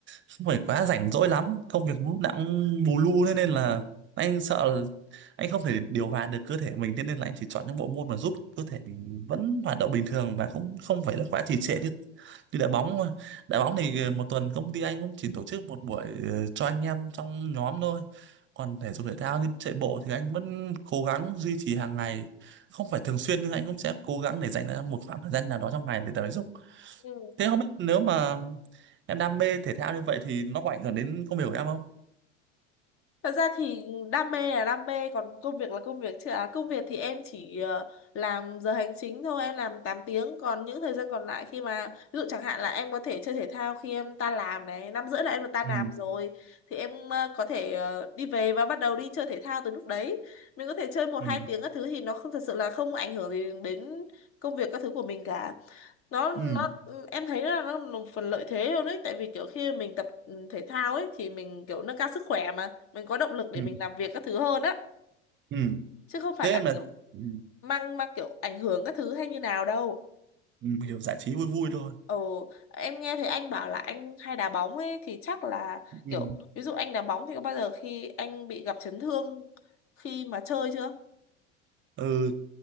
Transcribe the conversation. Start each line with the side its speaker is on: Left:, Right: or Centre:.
Right: không phải quá rảnh rỗi lắm công việc lúc nào cũng bù lu thế nên là anh sợ là anh không thể điều hòa được cơ thể mình thế nên là anh chỉ chọn những bộ môn mà giúp cơ thể mình vẫn hoạt động bình thường và cũng không phải là quá trì trệ như như đá bóng mà. đá bóng thì ờ, một tuần công ty anh cũng chỉ tổ chức một buổi ờ, cho anh em trong nhóm thôi còn thể dục thể thao như chạy bộ thì anh vẫn cố gắng duy trì hàng ngày không phải thường xuyên nhưng anh cũng sẽ cố gắng để dành ra một khoảng thời gian nào đó trong ngày để tập thể dục
Left: Ừ.
Right: thế không biết nếu mà em đam mê thể thao như vậy thì nó có ảnh hưởng đến công việc của em không
Left: Thật ra thì đam mê là đam mê còn công việc là công việc chứ à công việc thì em chỉ ờ, làm giờ hành chính thôi em làm tám tiếng còn những thời gian còn lại khi mà ví dụ chẳng hạn là em có thể chơi thể thao khi em tan làm này năm rưỡi là em được tan
Right: ừ,
Left: làm rồi thì em ờ, có thể ờ, đi về và bắt đầu đi chơi thể thao từ lúc đấy mình có thể chơi một hai
Right: ừ,
Left: tiếng các thứ thì nó không thật sự là không ảnh hưởng gì đến công việc các thứ của mình cả nó nó
Right: ừ,
Left: em thấy là nó là một phần lợi thế luôn đấy tại vì kiểu khi mình tập ừ, thể thao ấy thì mình kiểu nâng cao sức khỏe mà mình có động lực để
Right: ừ,
Left: mình làm việc các thứ hơn á
Right: ừ.
Left: chứ không phải
Right: thế
Left: là
Right: em là
Left: kiểu
Right: ừ,
Left: mang mang kiểu ảnh hưởng các thứ hay như nào đâu
Right: ừ, hiểu giải trí vui vui thôi
Left: ồ em nghe thấy anh bảo là anh hay đá bóng ấy thì chắc là
Right: ừ.
Left: kiểu ví dụ anh đá bóng thì có bao giờ khi anh bị gặp chấn thương khi mà chơi chưa
Right: ừ